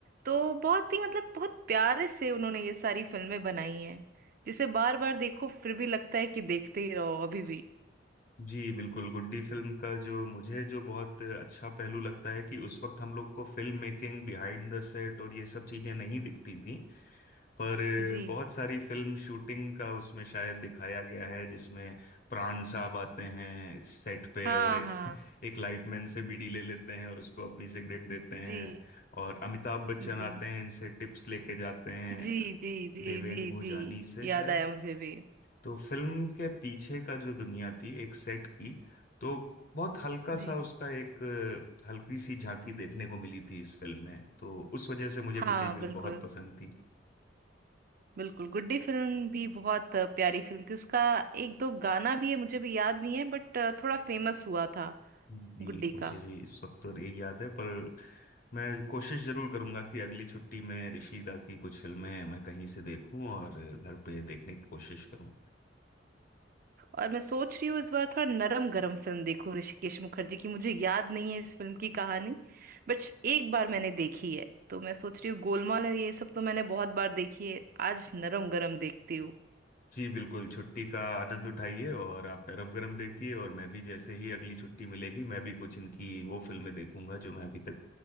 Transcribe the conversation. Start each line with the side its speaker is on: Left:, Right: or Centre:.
Right: तो बहुत ही मतलब बहुत प्यारे से उन्होंने ये सारी फिल्में बनाई हैं जिसे बार बार देखो फिर भी लगता है कि देखते ही रहो अभी भी
Left: जी बिल्कुल गुड्डी फिल्म का जो मुझे जो बहुत अच्छा पहलू लगता है कि उस वक्त हम लोग को film making behind the set और ये सब चीजें नहीं दिखती थी पर
Right: जी
Left: बहुत सारी फिल्म शूटिंग का उसमें शायद दिखाया गया है जिसमें प्राण साहब आते हैं सेट पे
Right: हाँ
Left: और ए,
Right: हाँ
Left: <laughs> एक लाइटमैन से बीड़ी ले लेते हैं और उसको अपनी सिगरेट देते हैं
Right: जी
Left: और अमिताभ बच्चन
Right: जी
Left: आते हैं इनसे टिप्स लेके जाते हैं
Right: जी जी जी
Left: देवेन
Right: जी
Left: भोजानी
Right: जी
Left: से शायद
Right: याद आया मुझे भी
Left: तो फिल्म के पीछे का जो दुनिया थी एक सेट की तो बहुत हल्का
Right: जी
Left: सा उसका एक अ, हल्की सी झांकी देखने को मिली थी इस फिल्म में तो उस वजह से मुझे
Right: हाँ
Left: गुड्डी फिल्म
Right: बिल्कुल
Left: बहुत पसंद थी
Right: बिल्कुल गुड्डी फिल्म भी बहुत अ, प्यारी फिल्म थी उसका एक दो गाना भी है मुझे भी याद नहीं है बट थोड़ा फेमस हुआ था
Left: जी
Right: गुड्डी
Left: मुझे
Right: का
Left: भी इस वक्त तो नहीं याद है पर मैं कोशिश जरूर करूंगा कि अगली छुट्टी में ऋषिदा की कुछ फिल्में मैं कहीं से देखूं और घर पे देखने की कोशिश करूं
Right: और मैं सोच रही हूँ इस बार थोड़ा नरम गरम फिल्म देखूं ऋषिकेश मुखर्जी की मुझे याद नहीं है इस फिल्म की कहानी बट एक बार मैंने देखी है तो मैं सोच रही हूँ गोलमाल है, ये सब तो मैंने बहुत बार देखी है आज नरम गरम देखती हूँ
Left: जी बिल्कुल छुट्टी का आनंद उठाइए और आप नरम गरम देखिए और मैं भी जैसे ही अगली छुट्टी मिलेगी मैं भी कुछ इनकी वो फिल्में देखूंगा जो मैं अभी तक